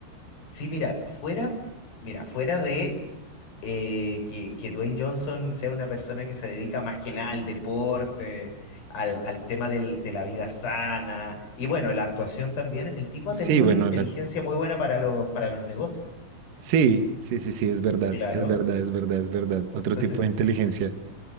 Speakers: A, on the left (about 45°); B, on the right (about 60°).
A: Sí, mira, fuera, mira, fuera de eh, que, que Dwayne Johnson sea una persona que se dedica más que nada al deporte, al, al tema del- de la vida sana y bueno, la actuación también, el tipo ha
B: Sí,
A: tenido
B: bueno,
A: una inteligencia
B: la...
A: muy buena para, lo- para los negocios,
B: sí, sí, sí, sí, es verdad,
A: claro.
B: es verdad, es verdad, es verdad. Otro
A: Entonces,
B: tipo de inteligencia.